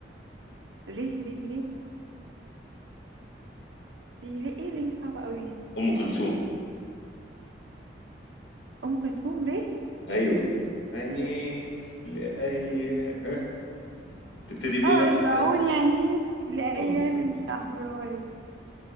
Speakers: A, on the right; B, on the left.
A: ري ري ري في ري ايه ري صعبة قوي
B: ام كلثوم
A: ام كلثوم ري
B: ايوه عينيك لاي ها تبتدي بايه
A: اه
B: بقى
A: رجعوني
B: قبلك
A: عليك لايام
B: مظبوط
A: الشهر برافو عليك